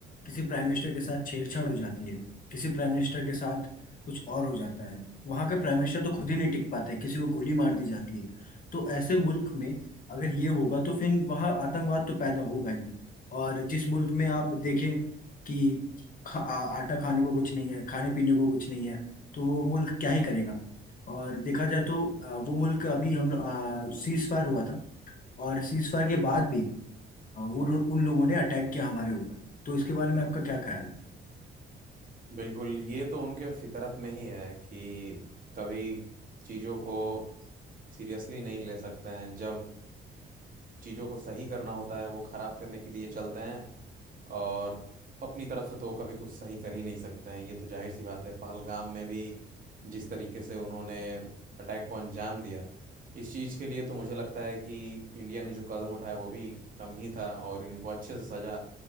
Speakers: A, on the left; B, on the right.
A: किसी प्राइम मिनिस्टर के साथ छेड़छाड़ हो जाती है किसी प्राइम मिनिस्टर के साथ कुछ और हो जाता है वहाँ के प्राइम मिनिस्टर तो खुद ही नहीं टिक पाते हैं किसी को गोली मार दी जाती है तो ऐसे मुल्क में अगर ये होगा तो फिर वहाँ आतंकवाद तो पैदा होगा ही और जिस मुल्क में आप देखें कि खा, आ, आटा खाने को कुछ नहीं है खाने पीने को कुछ नहीं है तो वो मुल्क क्या ही करेगा और देखा जाए तो आ, वो मुल्क अभी हम सीज फायर हुआ था और सीज फायर के बाद भी आ, वो लो- उन लोगों ने अटैक किया हमारे ऊपर तो इसके बारे में आपका क्या ख्याल है
B: बिल्कुल ये तो उनके फितरत में ही है कि कभी चीज़ों को सीरियसली नहीं ले सकते हैं जब चीज़ों को सही करना होता है वो खराब करने के लिए चलते हैं और अपनी तरफ से तो कभी कुछ सही कर ही नहीं सकते हैं ये तो जाहिर सी बात है पहलगाम में भी जिस तरीके से उन्होंने अटैक को अंजाम दिया इस चीज़ के लिए तो मुझे लगता है कि इंडिया ने जो कदम उठाया वो भी कम ही था और इनको अच्छे से सजा